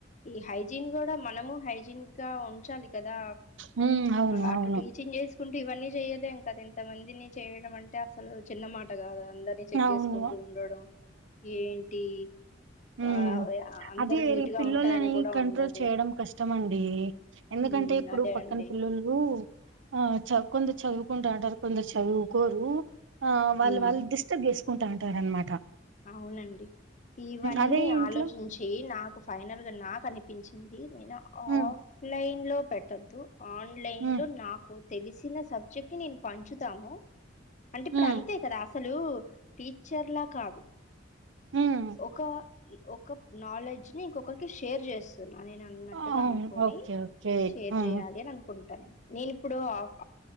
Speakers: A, on the left; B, on the right.
A: ఈ హైజీన్ కూడా మనము హైజ ఇంకా ఉంచాలి కదా
B: హ్మ్. అవును.
A: అటు
B: అవును.
A: టీచింగ్ చేసుకుంటూ ఇవన్నీ చేయలేం కదా ఇంత మందిని చేయడం అంటే అసలు చిన్నమాట కాదు కదా అందరినీ చెక్
B: అవును.
A: చేసుకుంటూ ఉండడం ఏంటి
B: హ్మ్మ్
A: ఆ అందరూ
B: అదే వేరే
A: నీట్ గా
B: పిల్లలని
A: ఉంటారని కూడా
B: కంట్రోల్
A: ఉండదు
B: చేయడం కష్టమండి ఎందుకు ఎందుకంటే
A: హ్మ్
B: ఇప్పుడు
A: అదే
B: పక్కన
A: అండి
B: పిల్లలు ఆ చ కొంత చదువుకుంటా ఉంటారు కొందరు చదువుకోరు ఆ వాళ్ళు
A: ఉమ్,
B: వాళ్ళు డిస్టర్బ్ చేసుకుంటా ఉంటారునమాట
A: అవునండి ఇవన్నీ
B: అదే ఇంట్లో
A: ఆలోచించి నాకు ఫైనల్ గా నాకు అనిపించి ి నేను
B: ఉమ్
A: ఆఫ్లైన్ లో పెట్టొద్దు ఆన్లైన్
B: ఉమ్
A: లో నాకు తెలిసిన సబ్జెక్ట్ ని నేను పంచుతాము అంటే ఇప్పుడు
B: ఉమ్
A: అంతే కదా అసలు టీచర్లా కాదు
B: ఉమ్
A: ఒక ఒక నాలెడ్జ్ ని ఇంకొకరికి షేర్ చేస్తూ నేను అన్నట్టుగా
B: అవును
A: అనుకొని
B: ఓకే ఓకే
A: షేర్
B: ఉమ్
A: చేయ్యాలి అని అనుకుంటును నేను ఇప్పుడు్ ఆఫ్